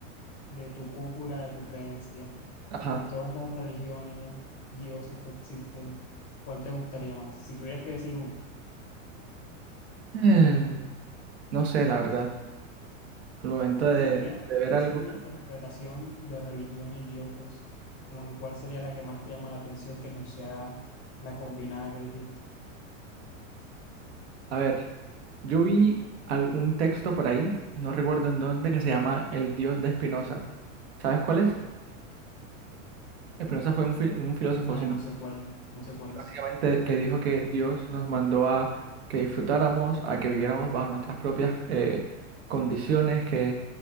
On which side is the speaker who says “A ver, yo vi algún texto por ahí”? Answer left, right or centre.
Right